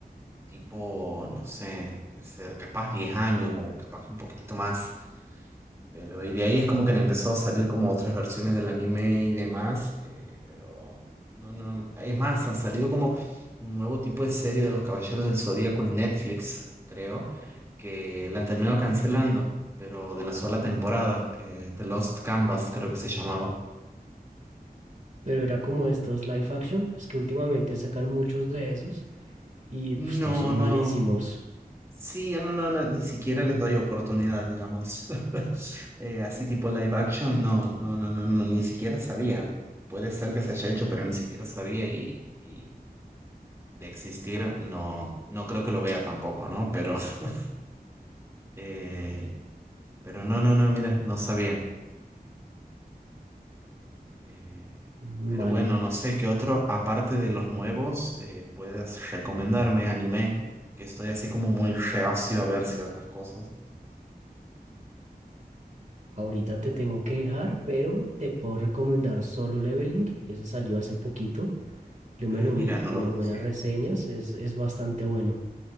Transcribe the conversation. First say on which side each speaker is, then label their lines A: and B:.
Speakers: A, on the right; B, on the right.
A: tipo, no sé, ser capaz 10 años o capaz un poquitito más. Pero, y de ahí es como que le empezó a salir como otras versiones del anime y demás, eh, pero no, no, es más, ha salido como un nuevo tipo de serie de los Caballeros del Zodíaco en Netflix, creo, que la han terminado cancelando, pero de una sola temporada, eh, The Lost Canvas creo que se llamaba.
B: Pero era como estos live action, es que últimamente sacan muchos de esos y
A: No,
B: pues todos son
A: no.
B: malísimos.
A: Sí, yo no, no, no, ni siquiera les doy oportunidad, digamos. <laughs> Eh, así tipo live action, no, no, no, no, no, ni siquiera sabía. Puede ser que se haya hecho, pero ni siquiera sabía y, y de existir no, no creo que lo vea tampoco, ¿no? Pero, <laughs> eh, pero no, no, no, mira, no sabía. Eh,
B: Mm,
A: pero
B: Vale,
A: bueno, no sé qué otro, aparte de los nuevos, eh, puedes recomendarme anime, que estoy así como muy reacio a ver ciertas cosas.
B: ahorita te tengo que dejar, pero te puedo recomendar Solo Leveling, ese salió hace poquito. Yo me
A: Ah,
B: lo
A: mira,
B: vi,
A: no
B: tiene
A: lo conocía.
B: buenas reseñas, es, es bastante bueno.